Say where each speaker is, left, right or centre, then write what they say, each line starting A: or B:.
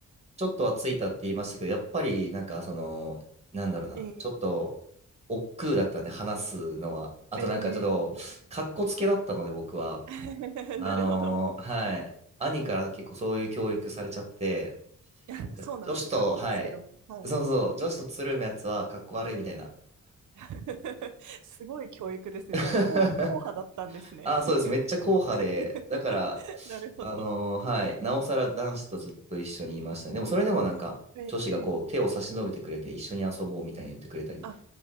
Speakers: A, on the right (about 20°); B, on the right (about 65°).
A: ちょっとはついたって言いましたけど、やっぱりなんかその、なんだろうな、
B: ええ
A: ちょっと、億劫だったんで話すのは。あとなんかちょっと、
B: ええ
A: かっこつけだったので僕は。
B: <laughs>
A: あのーはい。
B: なるほど。<laughs>
A: 兄から結構そういう教育されちゃって、
B: いやそうなんですね。
A: 女子と、
B: 格好つけろ。
A: はい。
B: はい。
A: そうそう、女子とつるむやつはかっこ悪いみたいな。
B: <laughs> すごい教育ですね。
A: <laughs>
B: じゃあ、硬硬派だったんですね。
A: あ、そうです。めっちゃ硬派で、
B: <laughs>
A: だから、
B: なるほど。
A: あのーはい。なおさら男子とずっと一緒にいましたね。でもそれでもなんか、
B: ええ
A: 女子がこう手を差し伸べてくれて一緒に遊ぼうみたいに言ってくれたり。
B: あ、